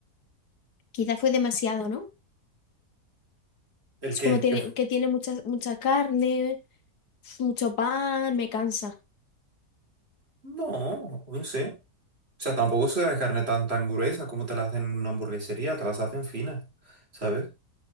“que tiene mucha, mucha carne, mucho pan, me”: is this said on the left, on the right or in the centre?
Left